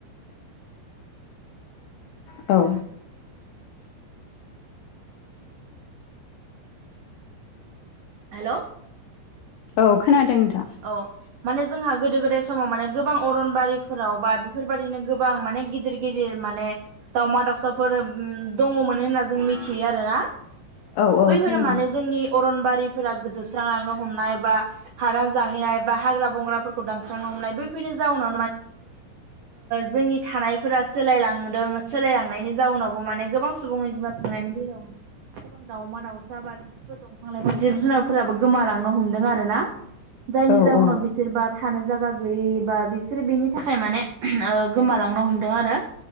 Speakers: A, on the left (about 85°); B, on the right (about 85°).
A: औ
B: हेल'
A: औ खोनादों नोंथां
B: औ माने जोंहा गोदो गोदाय समाव माने गोबां अरनबारिफोराव बा बेफोरबायदिनो गोबां माने गिदिर गिदिर माने दाावमा दाउसाफोर दङमोन होनना जों मिथियो आरो ना
A: औ औ
B: बैफोर
A: थारैनो
B: मानो जोंनि अरनबारिफोरा गोजोबस्रांलांनो हमनाय एबा हादान जा ह्रा दानसांनो हनाय बेफोरनिावनो जनि थानायफोरा सोलायलांदों सोलायलांनायनि जाउनावबो माने गोबां सुबुंनि अनजिमा खुंनायनि बेलायाव म गोबां दाउमा दाउसा बा बिदिफोर दंफां लाइफां जिब जुनारफोराबो गोमालांनो हमदों आर ना जायनि
A: औ
B: जाहोनाव
A: औ
B: बिसोर बा थानो जायगा गैयि बा बिसोरो बेनि थाखाय माने गोमालांनो हमदों आरो